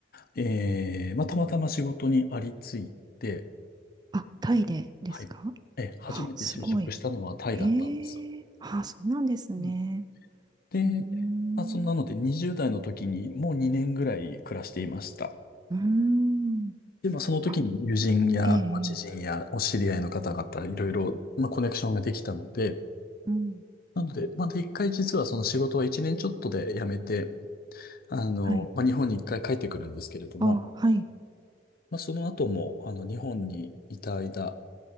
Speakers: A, on the left; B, on the right.
A: えー、まあ、たまたま仕事にありついて、
B: あ、タイでですか
A: はい。え、初めて就職したのはタイだったんです。
B: あ、すごい。へえ。あ、そうなんですね。
A: うんで、
B: うーん。
A: まあ、そんなので20代の時にもう2年ぐらい暮らしていました。
B: うーん。
A: で、まあ、その時に友人やまあ知人やお知り合いの方々、
B: あ、ええ。ええ
A: いろいろ、まあ、コネクションができたので、
B: うん。
A: なので、まだ一回実はその仕事は一年ちょっとで辞めて、あの、
B: はい。
A: まあ、日本に一回帰ってくるんですけれども、
B: あ、はい。
A: まあ、その後も、あの、日本にいた間、